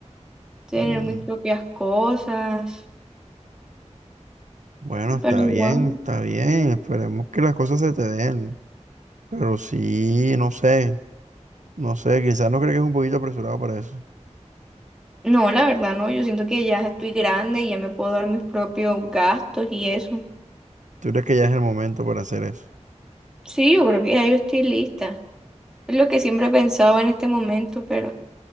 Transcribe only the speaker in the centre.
tener
mis propias cosas,
pero
igual,
sí.
No, la verdad, no, yo siento que ya estoy grande y ya me puedo dar mis propios gastos y eso.
Sí, yo creo que ya yo estoy lista. Es lo que siempre he pensado en este momento, pero